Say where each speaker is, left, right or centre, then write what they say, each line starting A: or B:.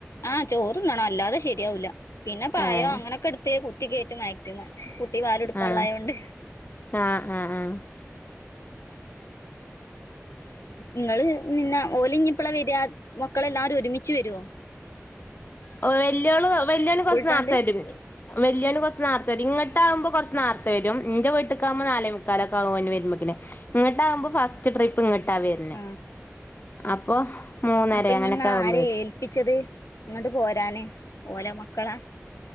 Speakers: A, on the left (about 80°); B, on the left (about 40°).
A: ആഹ് ചോർന്നണം അല്ലാതെ ശരിയാവൂല പിന്നെ പയം
B: ഏഹ്
A: അങ്ങനെയൊക്കെ എടുത്ത് കുത്തി കുത്തി കയറ്റും മാക്സിമം കുട്ടി പാൽ കൊടുക്കാനുള്ളയൊണ്ട്
B: ആഹ് ആഹ് ആഹ് ആഹ്
A: ങ്ങള് നിന്ന ഓലഞ്ഞിപ്പളെ വരെ മക്കളെല്ലാരും ഒരുമിച്ച് വരുവോ
B: ആ വല്ലിഒള്ള് വാല്ലിഒള്ള്
A: സ്കൂളിട്ടാണ്ട്
B: കൊർച്ച്‌ നർത്തെ വരും ഇന്ഞ്ഞ് വല്ല്യള്ള് കുറച്ച് ന്നാർത്തവരും ഇങ്ങട്ട ആകുമ്പോ കുറച്ച് ന്നാർത്ത വരും ഇന്റെ വീട്ടേക്കാവുമ്പോ നാലെമുക്കാലോക്കാക്കും വരുമ്പോത്തിൻ... ഇങ്ങോട്ട ആകുമ്പോ ഫസ്റ്റ് ട്രിപ്പ് ഇങ്ങോട്ടാ വരുന്നെ
A: ആഹ്
B: അപ്പൊ മൂന്നര
A: അപ്പൊ
B: അങ്ങനൊക്കെ
A: നിങ്ങള
B: ആകുമ്പോ
A: ആര
B: വരും
A: ഏൽപ്പിച്ചത് ഇങ്ങോട്ട് പോരാന് ഓലെ മക്കളാ